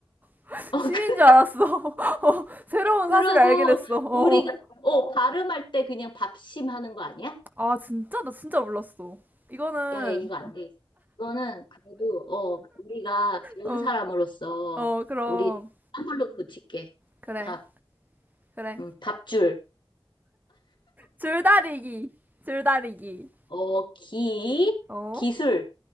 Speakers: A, on the left; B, on the right.
A: <laughs>
B: <laughs>
A: 어,
B: 심인
A: 그-
B: 줄 알았어. <laughs> 어, 새로운
A: 그러고,
B: 사실을 알게 됐어. 어.
A: 우리가, 어, 발음할 때 그냥 밥심 하는 거 아니야?
B: 아, 진짜? 나 진짜 몰랐어. 이거는,
A: 야, 야, 이거 안 돼. 이거는 그래도, 어, 우리가 배운
B: 어,
A: 사람으로서,
B: 어, 그럼.
A: 우리 한 걸로 고칠게.
B: 그래,
A: 밥,
B: 그래.
A: 음, 밥줄.
B: 줄다리기. 줄다리기.
A: 어, 기,
B: 어?
A: 기술,